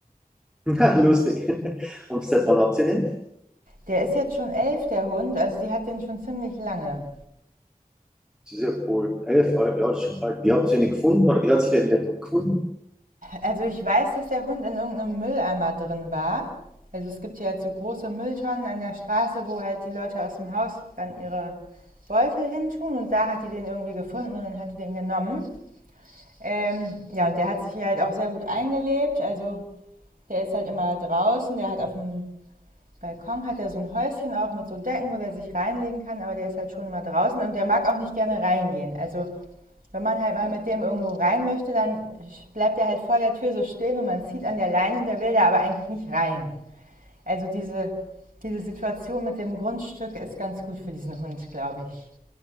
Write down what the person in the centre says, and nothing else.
<laughs> Lustig. Und seit wann habt ihr den?
Das ist ja cool. Elf Jahre, ja, das ist schon alt. Wie habt ihr den gefunden oder wie hat sie denn den Hund gefunden?